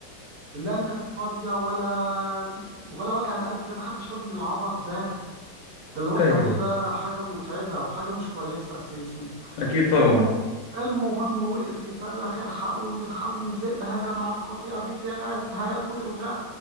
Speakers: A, on the right; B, on the left.
A: لا الناس فاضية ولا ولا وجع القلب ده محدش فاضي للعبط ده ده اللي هو
B: أيوه
A: بيعمله ده حاجة متعبة وحاجة مش كويسة أساسا
B: أكيد طبعا
A: الم... المهم وقف يصرخ الحقوني الحقوني الذئب هجم على القطيع بتاعي هياكل الغاء